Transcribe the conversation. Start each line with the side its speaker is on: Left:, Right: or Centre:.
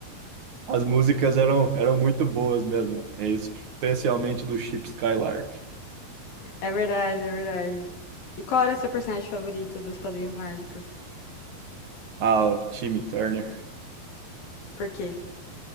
Right: As músicas eram, eram muito boas mesmo, né? especialmente do Chip Skylark.
Left: É verdade, é verdade. E qual era seu personagem favorito dos Padrinhos Mágicos?
Right: Ah, o Timmy Turner.
Left: Por quê?